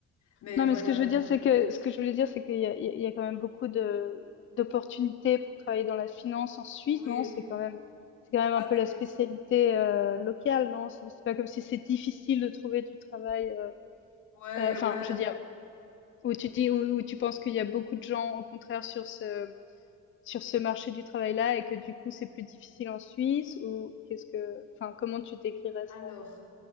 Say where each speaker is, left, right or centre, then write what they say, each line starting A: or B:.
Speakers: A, on the left (about 75°); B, on the left (about 40°).
A: mais
B: Non,
A: voilà.
B: mais ce que je veux dire, c'est que ce que je voulais dire, c'est qu'il y a, il y a il y a quand même beaucoup de d'opportunités pour travailler dans la finance en Suisse,
A: Oui.
B: non? C'est quand même c'est quand même
A: Ah
B: un peu
A: oui,
B: la spécialité
A: oui. c'est-
B: euh, locale, non? C'est c'est pas comme si c'est difficile de trouver du travail. euh,
A: Ouais,
B: euh, Enfin,
A: ouais, alors.
B: je veux dire, où tu dis où, où tu penses qu'il y a beaucoup de gens au contraire sur ce sur ce marché du travail-là et que du coup c'est plus difficile en Suisse ou qu'est-ce que, enfin, comment tu décrirais
A: Alors,
B: ça?